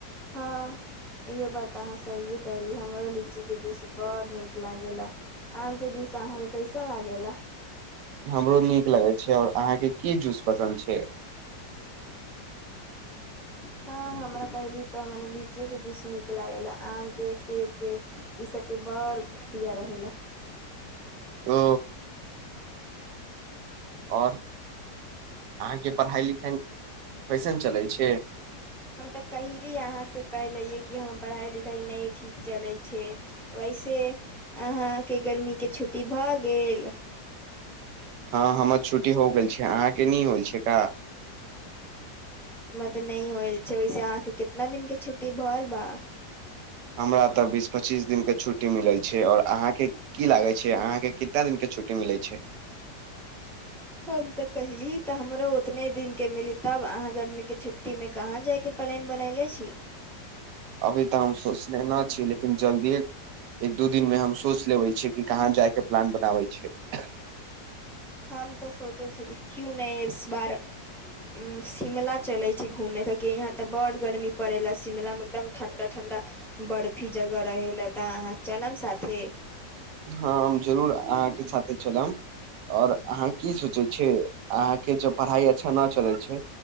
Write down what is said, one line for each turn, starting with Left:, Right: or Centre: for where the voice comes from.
Centre: हँ इहो बात अहाँ सहिए कहली हमरो लीची के जूस बड़ नीक लागे आम के जूस अहाँके कैसन लागेला
Right: हमरो नीक लगै छै आओर अहाँके की जूस पसन्द छै
Centre: <inaudible> ह हमरा कहली तऽ माने लीची के जूस निक लागेले आम के सेब के इ सब के बड़ घटिया रहै लए
Right: ओ और अहाँ के पढ़ाई लिखाई कैसन चलै छै
Centre: हम तऽ कहेली अहाँ से पहिले कि हम पढ़ाइ लिखाइ नहि ठीक चलै छै वैसे अहाँके गर्मीके छुट्टी भऽ गेल
Right: हँ हमर छुट्टी हो गेल छै अहाँके नैय होय छै का
Centre: त नहि हौल छै वैसे अहाँके कितना दिन के छुट्टी भैल बा
Right: हमरा तऽ बीस पच्चीस दिन के छुट्टी मिलल छै और अहाँ के की लागे छै अहाँ के कितना दिन के छुट्टी मिलै छै
Centre: हम तऽ कहैली तऽ हमरो उतने दिनके मिली तब अहाँ गर्मीके छुट्टीमे कहाँ जायके प्लैन बनैले छी
Right: अभी तऽ हम सोचने न छी लेकिन जल्दिए एक दू दिन मे हम सोच लेबे छियै कि कहाँ जाय के प्लान बनाबे <inaudible>
Centre: हम तऽ सोचै छलिए क्यू नहि इस बार उ शिमला चलै छै घूमै कि यहाँ तऽ बड़ गर्मी पड़े ल शिमला मे एकदम ठंडा ठंडा बर्फी जगह रहै ले तऽ अहाँ चलम साथे
Right: हँ हम जरूर अहाँके साथे चलब आओर अहाँ की सोचै छियै अहाँके जब पढ़ाइ अच्छा नहि चलै छै